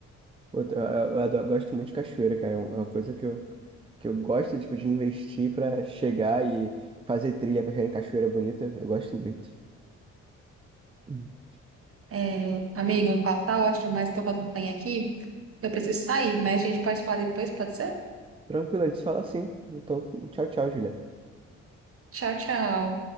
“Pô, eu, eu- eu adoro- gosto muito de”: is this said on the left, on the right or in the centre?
Right